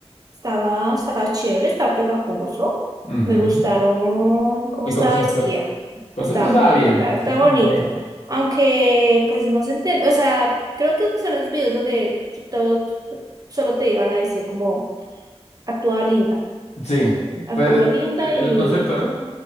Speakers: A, on the right; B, on the left.
A: estaba, estaba chévere, estaba pegajoso.
B: Ujú.
A: Me gustaron cómo
B: El
A: estaba
B: concepto.
A: vestida.
B: El concepto
A: Estaba
B: estaba
A: muy,
B: bien,
A: estaba,
B: el concepto
A: estaba
B: muy
A: bonito.
B: bonito.
A: Aunque, pues no se entiende, o sea, creo que son esos videos donde so, todo solo te iban a decir como, actúa linda,
B: Sí,
A: actúa
B: pero
A: linda
B: el
A: y
B: el concepto, ¿no?